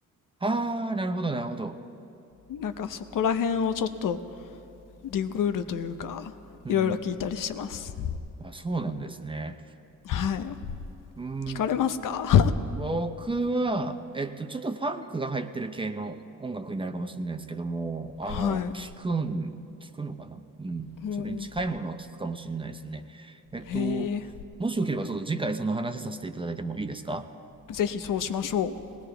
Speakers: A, on the right (about 15°); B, on the left (about 70°).
A: ああ、なるほど、なるほど。
B: なんかそこら辺をちょっとリグールというか、
A: うん
B: いろいろ聞いたりしてます。
A: うん。あ、そうなんですね。
B: はい。
A: うーん
B: 聞かれますか
A: 僕は、えっと、ちょっとファンクが入ってる系の音楽になるかもしれないですけども、あの、
B: は
A: 聞くん、聞くのかなうん。
B: い。もう、
A: それに近いものは聞くかもしれないですね。えっと、
B: へえ。
A: もしよければ、ちょっと次回その話させていただいてもいいですか
B: ぜひそうしましょう。